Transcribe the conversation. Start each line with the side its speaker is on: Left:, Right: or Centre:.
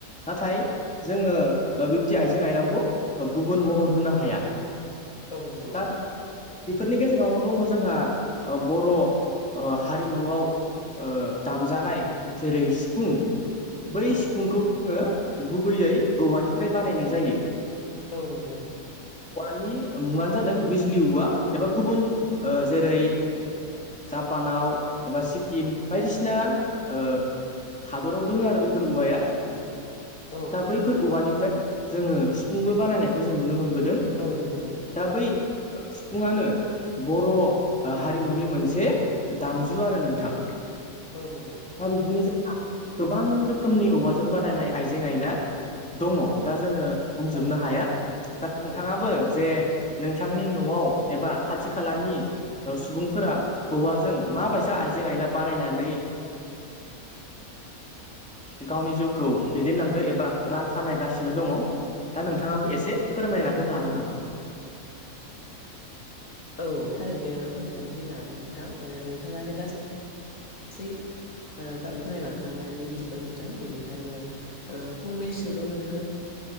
Centre: नाथाय जोंङो बिबदि आइजें आइलाखौ गुबुन महर होनो हाया
Left: औ नंगौ
Centre: दा बेफोरनि गेजेरावनो दंङो जोंहा बर' हारिमुआव दामजानाय जेरै सिफुं बै
Left: औ
Centre: सिफुंखौ जोंङो गुबैयै औवानिफ्राय बानायनाय जायो।
Left: औ नंगौ नोंथां
Centre: औवानि मुङानो जादों बिजलि औवा एबा गुबुन
Left: औ
Centre: जेरै जापानाव एबा सिक्किम बायदिसिना ओ हादराव दंङो आरो बेफोर औवाया
Left: औ
Centre: दा बैफोर औवानिफ्राय जोंङो सिफुंबो बानायनायखौ जों नुनो मोनबोदों
Left: औ नोंगौ नोंथां
Centre: दा बै सिफुंआनो बर' हारिमुनि मोनसे मोनसे दामजु आरो नोंथां
Left: औ नंगौ
Centre: दा बिदिनो जोंहा गोबां रोखोमनि औवाजों बानायनाय आइजें आइला दंङो दा जोंङो बुंजोबनो
Left: औ
Centre: हाया दा नोंथांङाबो
Left: औ
Centre: जे नोंथांनि न'आव एबा खाथि खालानि सुबुंफोरा औवाजों माबायदि आइजें आइला बानायनानै गावनि जिउखौ दैदेनलांदो एबा रां खामायगासिनो दंङो दा नोंथांङाबो एसे फोरमायना होनो हागोन नामा
Left: औ थारैनो फोरोंनानै होनो हागोन नोंथां नोंथांङानो गासै गासै <unintelligible> बायलांखांनानै जोब्बाय नोंथां बेनिखाय आंङो फंनैसोल' नोंथांनो